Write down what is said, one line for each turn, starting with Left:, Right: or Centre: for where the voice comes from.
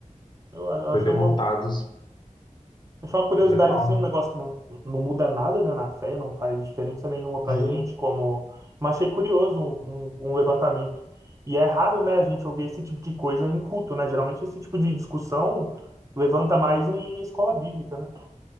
Right: Eu, eu
Left: Foi
Right: achei
Left: derrotado.
Right: uma, achei uma curiosidade,
Left: Legal.
Right: assim, um negócio que não, não muda nada, né, na fé, não faz diferença nenhuma pra
Left: Sim.
Right: gente, como... Mas achei curioso um, um levantamento. E é raro, né, a gente ouvir esse tipo de coisa em culto, né? Geralmente esse tipo de discussão levanta mais em escola bíblica, né? Eu